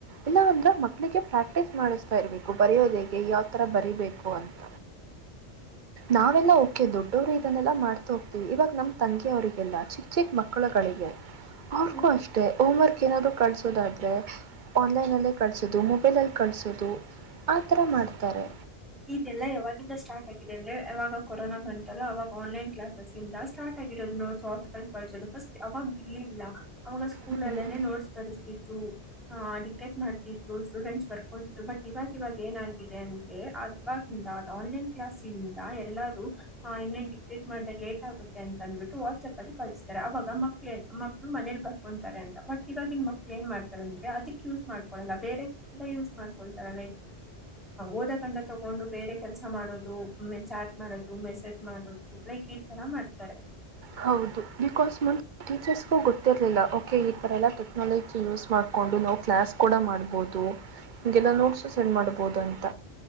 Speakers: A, on the right (about 50°); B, in the centre.
A: ಇಲ್ಲ ಅಂದ್ರೆ ಮಕ್ಕಳಿಗೆ ಪ್ರಾಕ್ಟೀಸ್ ಮಾಡಿಸ್ತಾ ಇರಬೇಕು ಬರೆಯೋದೇಗೆ ಯಾವ್ತಥರ ಬರೀಬೇಕು ಅಂತ ನಾವೆಲ್ಲಾ ಓಕೆ ದೊಡ್ಡವರು ಇದನ್ನೆಲ್ಲ ಮಾಡ್ತ ಹೋಗ್ತೀವಿ ಇವಾಗ ನಮ್ಮ ತಂಗಿಯ ಅವರಿಗೆಲ್ಲ ಚಿಕ್ಕ ಚಿಕ್ಕ ಮಕ್ಕಳುಗಳಿಗೆ ಅವ್ರಗೂ
B: ಹ್ಮ್
A: ಅಷ್ಟೇ ಹೋಮ್ ವರ್ಕ್ ಏನಾದ್ರು ಕಳಸೋದಾದ್ರೆ ಆನ್ಲೈನ್ಲ್ಲೇ ಕಳಸೋದು ಮೊಬೈಲ ಅಲ್ಲಿ ಕಳಸೋದು ಆ ಥರ ಮಾಡ್ತಾರೆ
B: ಇದೆಲ್ಲ ಯಾವಾಗಿಂದ ಸ್ಟಾರ್ಟ್ ಆಗಿದೆ ಅಂದ್ರೆ ಯಾವಾಗ ಕೊರೋನಾ ಬಂತಲ್ಲ ಅವಾಗ ಆನ್ಲೈನ್ ಕ್ಲಾಸಸ್ ಇಂದ ಸ್ಟಾರ್ಟ್ ಆಗಿರೋದು ನೋಡ್ ಹಾರ್ಟಿಕಲ್ ಕಲ್ಚರ್ ಫಸ್ಟ್ ಅವಾಗರ್ಲಿಲ್ಲ ಅವಾಗ ಸ್ಕೂಲ್
A: ಹ್ಮ್
B: ಅಲ್ಲೇನೆ ನೋಟ್ಸ್ ಬರೆತಿದ್ರು ಹ ಡಿಟೆಕ್ಟ್ ಮಾಡ್ತಿದ್ರು ಸ್ಟೂಡೆಂಟ್ಸ್ ವರ್ಕ್ ಕೊಡ್ತ್ ಬಟ್ ಇವಾಗ ಇವಾಗ ಏನಾಗಿದೆ ಅಂದ್ರೆ ಇವಾಗಿಂದ ಆನ್ಲೈನ್ ಕ್ಲಾಸಿಂದ ಎಲ್ಲಾರು ಇನ್ನೇ ಡಿಟೆಕ್ಟ್ ಮಾಡಿದ್ರೆ ಲೇಟ್ ಆಗುತ್ತೆ ಅಂತಂದ ಬಿಟ್ಟು ವಾಟ್ಸ್ಆಪ್ ಅಲ್ಲಿ ಕಳಿಸ್ತಾರೆ ಅವಾಗ ಮಕ್ಕಳ ಮಕ್ಳು ಮನೇಲಿ ಬರ್ಕೊತಾರೆ ಅಂತ ಬಟ್ ಇವಾಗಿನ ಮಕ್ಕಳ ಏನ್ ಮಾಡ್ತಾರೆ ಅದ್ಕ ಯೂಸ್ ಮಾಡಿಕೊಳಳ್ಳ ಬೇರೆ ಯೂಸ್ ಮಾಡ್ಕೊಳ್ತಾರ ಓದಕಂತ ತಗೊಂಡು ಬೇರೆ ಕೆಲಸ ಮಾಡೋದು ಚಾಟ್ ಮಾಡೋದು ಮೆಸೇಜ್ ಮಾಡೋದು ಲೈಕ್ ಈ ತರ ಮಾಡ್ತಾರೆ
A: ಹೌದು ಬಿಕಾಸ್ ಮುಂದ ಟೀಚರ್ಸ್ಗೂ ಗೊತ್ತಿರ್ಲಿಲ್ಲ ಓಕೆ ಈ ತರ ಎಲ್ಲಾ ಟೆಕ್ನಾಲಜಿ ಯೂಸ್ ಮಾಡ್ಕೊಂಡು ಕ್ಲಾಸ್ ಕೂಡ ಮಾಡ್ಬಹುದುಗೆಲ್ಲ ನೋಟ್ಸ ಸೆಂಡ್ ಮಾಡಬಹುದು ಅಂತ